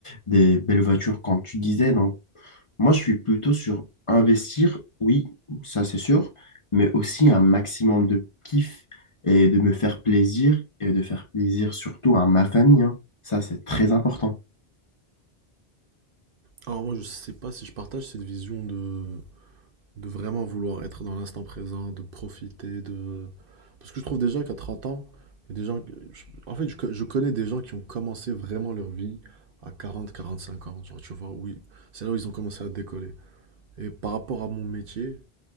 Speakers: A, on the left (about 35°); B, on the right (about 60°).
A: des belles voitures, comme tu disais. Donc, moi, je suis plutôt sur investir, oui, ça c'est sûr, mais aussi un maximum de kiff et de me faire plaisir et de faire plaisir surtout à ma famille, hein. Ça c'est très important.
B: Alors moi, je sais pas si je partage cette vision de, de vraiment vouloir être dans l'instant présent, de profiter, de... Parce que je trouve déjà qu'à 30 ans, il y a des gens... que- je- En fait, je, co- je connais des gens qui ont commencé vraiment leur vie à quarante, quarante-cinq ans, genre, tu vois, oui, c'est là où ils ont commencé à décoller. Et par rapport à mon métier,